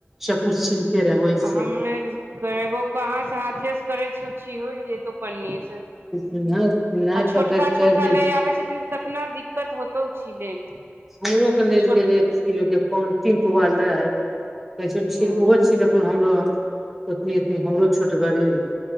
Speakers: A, in the centre; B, on the right.
A: चकु छिलते रह वो वहिसे
B: आ हमे करेबो कहाँ से हाथे से करे छै छिहुल जेतौ पन्नीस
A: नहि
B: छोटका
A: पकड़
B: छोका
A: कर लै
B: नहि आबै छथिन कतना दिक्कत होतौ छिलई मे।
A: हमरो लेल
B: छोटका
A: छै र किलोके कोन तीन पौआल रह है कैसो
B: हँ
A: छक ओहो छिलक हमरो ओतनी ओतनी हमरो छोट गाड़िय रहे